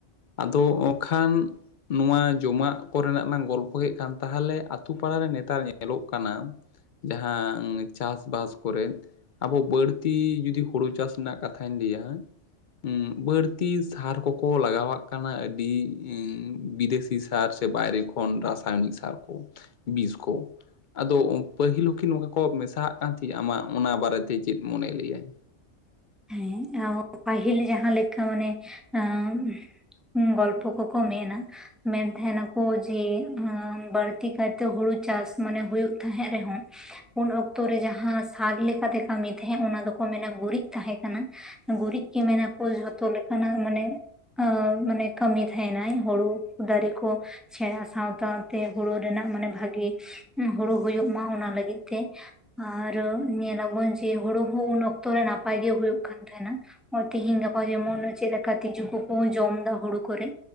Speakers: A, on the left; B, in the centre.
A: ᱟᱫᱚ ᱚ ᱠᱷᱟᱱ ᱱᱚᱣᱟ ᱡᱚᱢᱟᱜ ᱠᱚᱨᱮᱱᱟᱜ ᱞᱟᱝ ᱜᱚᱞᱯᱷᱚ ᱮᱫ ᱠᱟᱱ ᱛᱟᱦᱟᱞᱮ ᱟᱛᱩ ᱯᱟᱲᱟᱨᱮ ᱱᱮᱛᱟᱨ ᱧᱮᱞᱚᱜ ᱠᱟᱱᱟᱼᱼ ᱡᱟᱦᱟᱸ ᱪᱟᱥᱵᱟᱥ ᱠᱚᱨᱮᱫ ᱟᱵᱚ ᱵᱟᱹᱲᱛᱤᱻ ᱡᱩᱫᱤ ᱦᱩᱲᱩ ᱪᱟᱥ ᱨᱮᱱᱟᱜ ᱠᱟᱛᱷᱟᱧ ᱞᱟᱹᱭᱟ। ᱩᱸ ᱵᱟᱹᱲᱛᱤ ᱥᱟᱨ ᱠᱚᱠᱚ ᱞᱟᱜᱟᱣᱟᱜ ᱠᱟᱱᱟ ᱤᱸ ᱟᱹᱰᱤ ᱵᱤᱫᱮᱥᱤ ᱥᱟᱨ ᱥᱮ ᱵᱟᱭᱨᱮ ᱠᱷᱚᱱ ᱨᱟᱥᱟᱭᱚᱱᱤᱠ ᱥᱟᱨ ᱠᱚ ᱵᱤᱥ ᱠᱚ ᱟᱫᱚ ᱯᱟᱹᱦᱤᱞ ᱦᱚᱸ ᱠᱤ ᱱᱚᱝᱠᱟ ᱠᱚ ᱢᱮᱥᱟᱦᱟᱜ ᱠᱟᱱ ᱛᱷᱤᱜ-ᱟ ᱟᱢᱟᱜ ᱚᱱᱟ ᱵᱟᱨᱮᱛᱮ ᱪᱮᱫ ᱢᱚᱱᱮ ᱞᱟᱹᱭᱟᱭ?
B: ᱦᱮᱸ ᱟᱸ ᱯᱟᱹᱦᱤᱞ ᱡᱟᱦᱟᱸ ᱞᱮᱠᱟ ᱢᱟᱱᱮ ᱟᱸ ᱦᱩᱸ ᱜᱚᱞᱯᱚ ᱠᱚᱠᱚ ᱢᱮᱱᱟ ᱢᱮᱱ ᱛᱟᱦᱮᱸᱱᱟᱠᱚ ᱡᱮ ᱦᱚᱸ ᱵᱟᱹᱲᱛᱤ ᱠᱟᱭᱛᱮ ᱦᱩᱲᱩ ᱪᱟᱥ ᱢᱟᱱᱮ ᱦᱩᱭᱩᱜ ᱛᱟᱦᱮᱸᱫ ᱨᱮᱦᱚᱸ ᱩᱱ ᱚᱠᱛᱚ ᱨᱮ ᱡᱟᱦᱟᱸ ᱥᱟᱨ ᱞᱮᱠᱟᱛᱮ ᱠᱟᱹᱢᱤ ᱛᱟᱦᱮᱸᱫ ᱚᱱᱟ ᱫᱚᱠᱚ ᱢᱮᱱᱟ ᱜᱩᱨᱤᱡ ᱛᱟᱦᱮᱸ ᱠᱟᱱᱟ। ᱜᱩᱨᱤᱡ ᱠᱮ ᱢᱮᱱᱟ ᱠᱚ ᱡᱷᱚᱛᱚ ᱞᱮᱠᱟᱱᱟᱜ ᱢᱟᱱᱮ ᱟ ᱢᱟᱱᱮ ᱠᱟᱹᱢᱤ ᱛᱟᱦᱮᱸ ᱱᱟᱭ ᱦᱩᱲᱩ ᱫᱟᱨᱮ ᱠᱚ। ᱥᱮᱬᱟ ᱥᱟᱶ ᱥᱟᱶᱛᱮ ᱦᱩᱲᱩ ᱨᱮᱱᱟᱜ ᱢᱟᱱᱮ ᱵᱷᱟᱹᱜᱤ ᱦᱩᱲᱩ ᱦᱩᱭᱩᱜᱳ ᱢᱟ ᱚᱱᱟ ᱞᱟᱹᱜᱤᱫ ᱛᱮ। ᱟᱨ ᱧᱮᱞ ᱟᱵᱚᱱ ᱡᱮ ᱦᱳᱲᱳ ᱦᱚᱸ ᱩᱱ ᱚᱠᱛᱚ ᱨᱮ ᱱᱟᱯᱟᱭ ᱜᱮ ᱦᱩᱭᱩᱜ ᱠᱟᱱ ᱛᱟᱦᱮᱱᱟ। ᱛᱮᱦᱤᱧ ᱜᱟᱯᱟ ᱡᱮᱢᱚᱱ ᱪᱮᱫ ᱞᱮᱠᱟ ᱛᱤᱡᱩ ᱠᱚᱠᱚ ᱡᱚᱢ ᱫᱟ ᱦᱩᱲᱩ ᱠᱚᱨᱮ।